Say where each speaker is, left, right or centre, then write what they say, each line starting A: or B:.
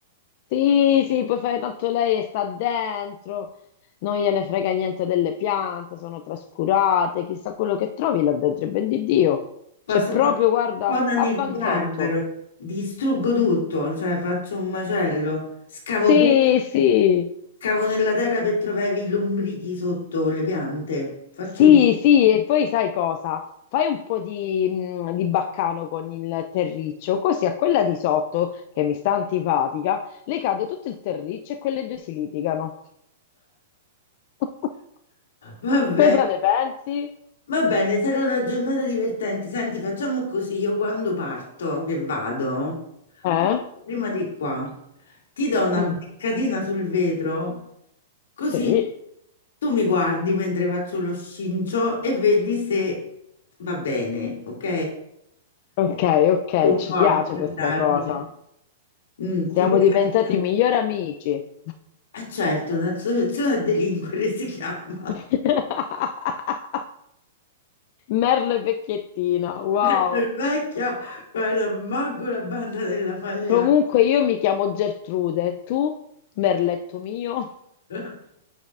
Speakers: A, on the left; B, on the left.
A: Sì, sì, puoi fare tanto lei e sta dentro, non gliene frega niente delle piante, sono trascurate, chissà quello che trovi là dentro, e ben di Dio,
B: Posso
A: c'è proprio,
B: fare
A: guarda,
B: cosa
A: a
B: nel
A: banchetto.
B: garbero, distruggo tutto, cioè faccio un macello, scavo,
A: Sì,
B: pu-
A: sì,
B: scavo nella terra per trovare i lombrichi sotto le piante, faccio
A: sì,
B: tutto.
A: sì, e poi sai cosa? Fai un po' di, mh, di baccano con il terriccio, così a quella di sotto, che mi sta antipatica, le cade tutto il terriccio e quelle due si litigano. <laughs>
B: Va bene,
A: Cosa ne pensi?
B: va bene, sarà una giornata divertente. Senti, facciamo così, io quando parto, che vado,
A: Eh?
B: parto prima di qua, ti do una
A: Mm,
B: beccatina sul vetro, così
A: sì.
B: tu mi guardi mentre faccio lo scincio e vedi se va bene, ok?
A: Ok,
B: E
A: ok,
B: tu
A: ci piace
B: a guardarmi.
A: questa cosa.
B: Mm,
A: Siamo
B: ti piace?
A: diventati migliori amici.
B: Eh certo, un'associazione a delinquere si chiama.
A: <laughs> Merlo e vecchiettina, wow.
B: Nel Vecchia, guarda, manco la banda della Fagliana.
A: Comunque io mi chiamo Gertrude, e tu? Merletto mio?
B: <laughs>